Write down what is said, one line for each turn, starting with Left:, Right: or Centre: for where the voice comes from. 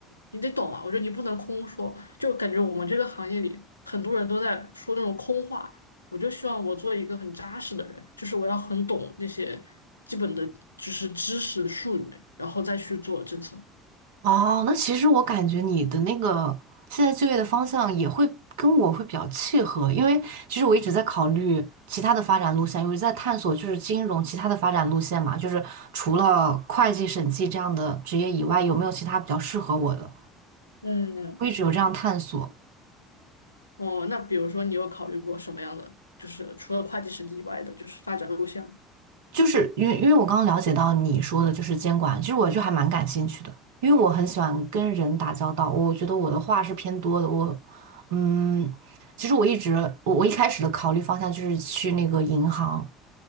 Left: 你得懂啊。我觉得你不能空说，就感觉我们这个行业里很多人都在说那种空话。我就希望我做一个很扎实的人，就是我要很懂那些基本的就是知识术语，然后再去做政策。
Right: 哦，那其实我感觉你的那个现在就业的方向也会跟我会比较契合，因为其实我一直在考虑其他的发展路线，我一直在探索就是金融其他的发展路线嘛，就是除了会计、审计这样的职业以外，有没有其他比较适合我的？
Left: 嗯，
Right: 我一直有这样探索。
Left: 哦，那比如说你有考虑过什么样的，就是除了会计审计以外的，就是发展路线吗
Right: 就是因为因为我刚刚了解到你说的就是监管，其实我就还蛮感兴趣的，因为我很喜欢跟人打交道，我觉得我的话是偏多的，我嗯，其实我一直我我一开始的考虑方向就是去那个银行